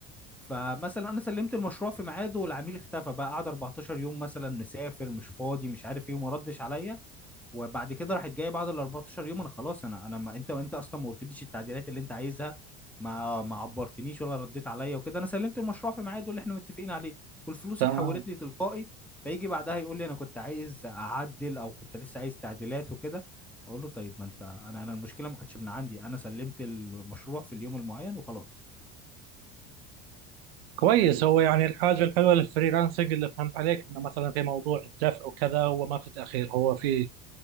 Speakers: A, in the centre; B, on the right.
A: فمثلا انا سلمت المشروع في ميعاده والعميل اختفى بقى قعد 14 يوم مثلا مسافر مش فاضي مش عارف ايه وما ردش عليا وبعد كده راحت جايه بعد ال 14 يوم انا خلاص انا انا ما انت انت اصلا ما قلتليش التعديلات اللي انت عايزها ما ما عبرتنيش ولا رديت عليا وكده انا سلمت المشروع في ميعاده اللي احنا متفقين عليه والفلوس
B: تمام
A: اتحولت لي تلقائي فيجي بعدها يقول لي انا كنت عايز اعدل او كنت لسه عايز تعديلات وكده اقول له طيب ما انت انا انا المشكله ما كانتش من عندي انا سلمت المشروع في اليوم المعين وخلاص
B: كويس هو يعني الحاجه الحلوه للفريلانسنج اللي فهمت عليك انه مثلا في موضوع الدفع وكذا هو ما في تاخير هو في